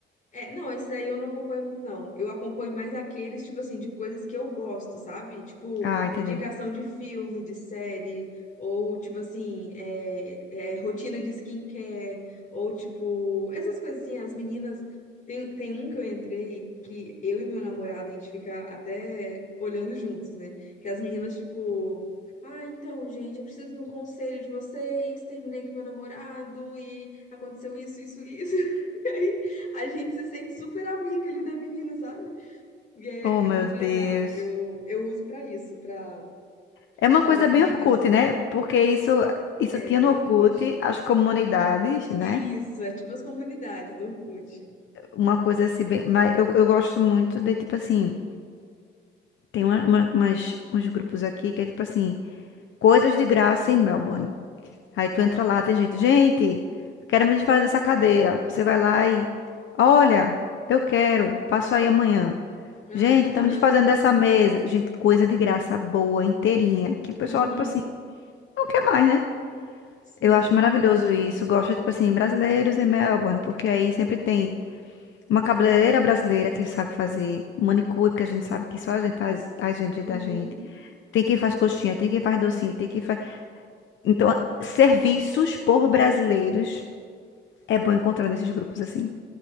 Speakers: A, on the left (about 40°); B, on the left (about 75°).
A: É, não, esse daí eu não acompanho muito, não. Eu acompanho mais aqueles, tipo assim, de coisas que eu gosto, sabe? Tipo,
B: Ah, entendi.
A: indicação de filme, de série, ou tipo assim, é, é, rotina de skincare, ou tipo, essas coisas assim, as meninas. Tem, tem um que eu entrei que eu e meu namorado, a gente fica até olhando juntos, né? Que as meninas, tipo. Ah, então, gente, eu preciso de um conselho de vocês. Terminei com meu namorado e aconteceu isso, isso, isso. <laughs> a gente se sente super amiga ali da menina, sabe? E é,
B: Oh, meu
A: é muito
B: Deus.
A: legal. Eu, eu uso pra isso, pra
B: É uma
A: fazer
B: coisa
A: amigas.
B: bem Orkut, né? Porque isso, isso
A: É
B: tinha
A: bem
B: no Orkut,
A: Orkut.
B: as comunidades, né?
A: Isso, é tipo as comunidades do Orkut.
B: Uma coisa assim, bem... mas eu, eu gosto muito de, tipo assim, tem uma, uma- umas- uns grupos aqui que é tipo assim, coisas de graça em Melbourne. Aí tu entra lá, tem gente, gente, quero me desfazer dessa cadeira. Você vai lá e, olha, eu quero, passo aí amanhã.
A: Ah,
B: Gente,
A: <laughs>
B: estamos desfazendo dessa mesa. Gente, coisa de graça boa, inteirinha, que o pessoal,
A: uhum,
B: tipo assim, não quer mais, né?
A: sim.
B: Eu acho maravilhoso isso. Gosto, tipo assim, brasileiros em Melbourne, porque aí sempre tem uma cabeleireira brasileira que sabe fazer manicure, porque a gente sabe que só a gente faz as vendas
A: Uhum.
B: da gente. Tem quem faz coxinha, tem quem faz docinho, tem quem faz. Então, serviços por brasileiros é bom encontrar nesses grupos assim.